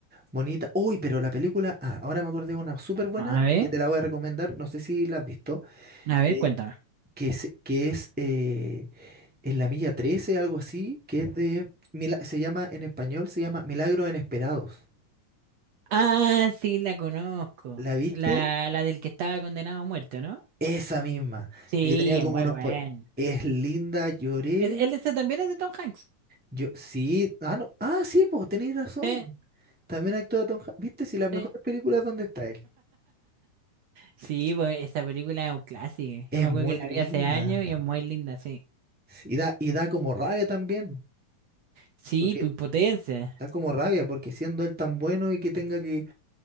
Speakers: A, in the centre; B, on the right.
A: bonita. Uy, pero la película, ah, ahora me acordé de una súper buena
B: A ver,
A: y que te la voy a recomendar, no sé si la has visto,
B: a ver,
A: que,
B: cuéntame.
A: que se- que es, eh, en la milla 13, algo así, que es de, mila- se llama en español, se llama Milagros Inesperados.
B: Ah, sí, la conozco.
A: ¿La viste?
B: La, la del que estaba condenado a muerte, ¿no?
A: Esa misma,
B: Sí,
A: de que tenía
B: es
A: como
B: muy
A: unos
B: buena.
A: pues es linda, lloré.
B: ¿Es, él ese también es de Tom Hanks?
A: Yo sí, ah no, ah sí, pues tenéis razón.
B: Sí,
A: También actúa Tom Hanks. ¿Viste si las mejores
B: sí.
A: películas dónde está él?
B: Sí, pues esa película es un clásico.
A: Es
B: Yo me
A: muy
B: acuerdo que la
A: linda.
B: vi hace años y es muy linda, sí.
A: Sí, Y da y da como rabia también,
B: Sí,
A: porque
B: pues potencia.
A: da como rabia porque siendo él tan bueno y que tenga que